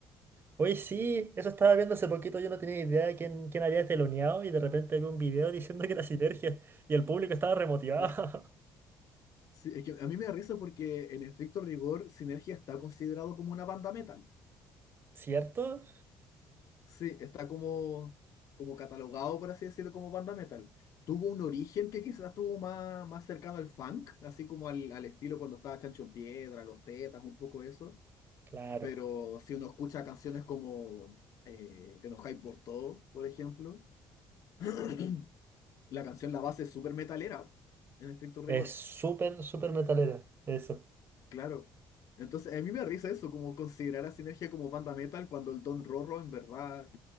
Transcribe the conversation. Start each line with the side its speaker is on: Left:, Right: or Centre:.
Right: Oye, sí, eso estaba viendo hace poquito, yo no tenía idea de quién, quién había teloneado y de repente vi un video diciendo que era Sinergia y el público estaba remotivado.
Left: Sí. Sí, es que a mí me da risa porque en estricto rigor Sinergia está considerado como una banda metal.
Right: <laughs> ¿Cierto?
Left: Sí, está como, como catalogado, por así decirlo, como banda metal. Tuvo un origen que quizás tuvo más, más cercano al funk, así como al, al estilo cuando estaba Chancho en Piedra, Los Tetas, un poco eso.
Right: Claro.
Left: Pero si uno escucha canciones como eh, Te enojáis por todo, por ejemplo. <clears throat> la canción, la base es súper metalera, en estricto rigor,
Right: Es súper, súper metalera, eso.
Left: claro. Entonces, a mí me da risa eso, como considerar a Sinergia como banda metal cuando el Don Rorro en verdad